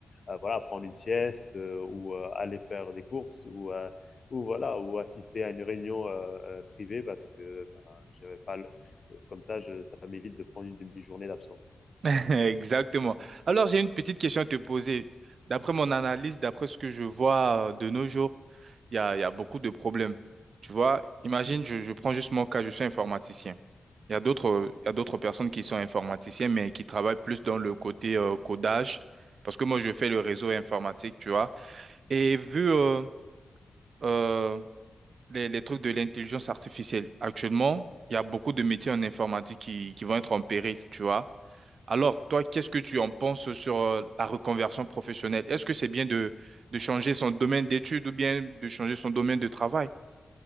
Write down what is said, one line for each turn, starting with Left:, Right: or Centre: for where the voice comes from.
Left: euh, voilà prendre une sieste euh, ou euh, aller faire des courses ou euh, ou voilà ou assister à une réunion euh, euh, privée parce que ben, j'avais pas le- comme ça, je, ça m'évite de prendre une demi-journée d'absence.
Right: <laughs> Exactement. Alors, j'ai une petite question à te poser. D'après mon analyse, d'après ce que je vois euh, de nos jours, il y a, il y a beaucoup de problèmes. Tu vois, imagine, je, je prends juste mon cas, je suis informaticien. Il y a d'autres, il y a d'autres personnes qui sont informaticiens, mais qui travaillent plus dans le côté euh, codage, parce que moi, je fais le réseau informatique, tu vois. Et vu euh, euh, les, les trucs de l'intelligence artificielle, actuellement, il y a beaucoup de métiers en informatique qui, qui vont être en péril, tu vois. Alors, toi, qu'est-ce que tu en penses sur euh, la reconversion professionnelle? Est-ce que c'est bien de, de changer son domaine d'études ou bien de changer son domaine de travail?